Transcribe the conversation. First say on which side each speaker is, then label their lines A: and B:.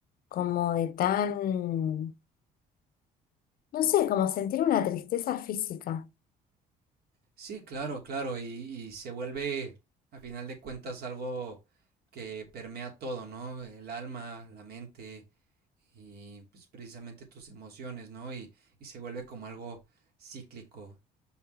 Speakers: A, on the left; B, on the right.
A: como de tan, no sé, como sentir una tristeza física.
B: Sí, claro, claro, y, y se vuelve, a final de cuentas, algo que permea todo, ¿no? El alma, la mente y pues, precisamente tus emociones, ¿no? Y, y se vuelve como algo cíclico.